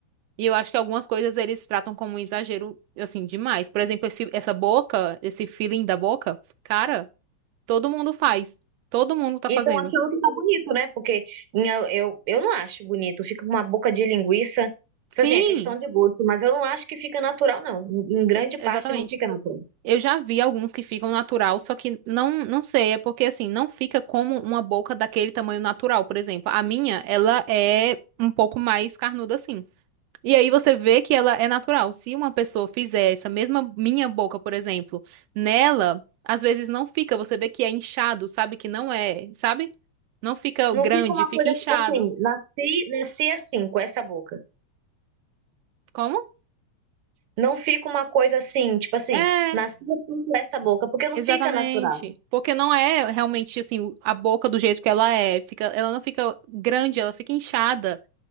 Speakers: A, on the right; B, on the right.
A: E eu acho que algumas coisas eles tratam como um exagero, assim, demais. Por exemplo, esse, essa boca, esse feeling da boca, cara, todo mundo faz. Todo mundo tá
B: E
A: fazendo.
B: estão achando que tá bonito, né? Porque minha- eu, eu não acho bonito. Fica com uma boca de linguiça. Tipo
A: Sim,
B: assim, é questão de gosto. Mas eu não acho que fica natural, não. Em, em grande
A: ex-
B: parte
A: exatamente.
B: não fica natural.
A: Eu já vi alguns que ficam natural, só que não, não sei, é porque assim, não fica como uma boca daquele tamanho natural, por exemplo. A minha, ela é um pouco mais carnuda assim. E aí você vê que ela é natural. Se uma pessoa fizer essa mesma minha boca, por exemplo, nela, às vezes não fica. Você vê que é inchado, sabe que não é, sabe? Não fica
B: Não
A: grande,
B: fica uma
A: fica
B: coisa,
A: inchado.
B: tipo assim, nasci, nasci assim, com essa boca.
A: Como?
B: Não fica uma coisa assim, tipo assim,
A: É,
B: nasci assim com essa boca. Porque não
A: exatamente.
B: fica natural.
A: Porque não é realmente assim a boca do jeito que ela é. Fica, ela não fica grande, ela fica inchada.